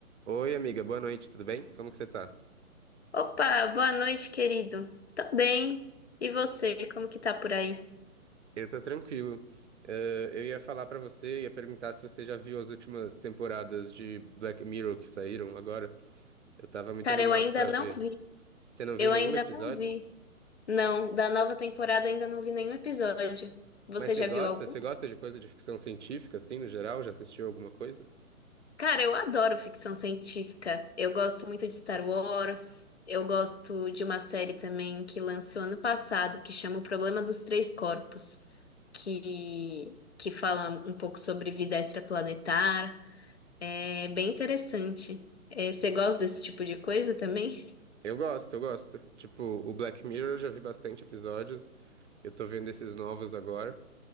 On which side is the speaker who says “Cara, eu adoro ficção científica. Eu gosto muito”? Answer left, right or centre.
Left